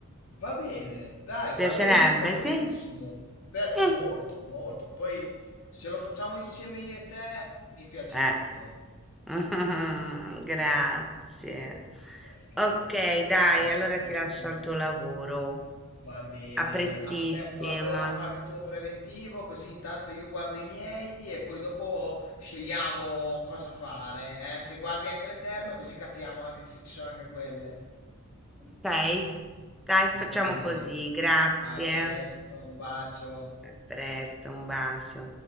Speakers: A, on the left (about 80°); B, in the centre.
A: Va bene, dai,
B: Piacerebbe,
A: va beni va
B: sì?
A: benissimo. Per
B: Mm.
A: molto, molto. Poi se lo facciamo insieme io e te, mi piace
B: Eh,
A: tutto.
B: <laughs> grazie.
A: Ma scherzi,
B: Ok, dai,
A: grazie
B: allora ti
A: a
B: lascio
A: te.
B: al tuo lavoro.
A: Va bene,
B: A prestissimo.
A: aspetto allora qualche tuo preventivo, così intanto io guardo i miei e poi dopo scegliamo cosa fare. eh. Se guardi anche le terme, così capiamo anche se ci sono anche quelle.
B: Ok? Dai,
A: Va
B: facciamo
A: bene,
B: così. Grazie.
A: a presto, un bacio.
B: A presto, un bacio.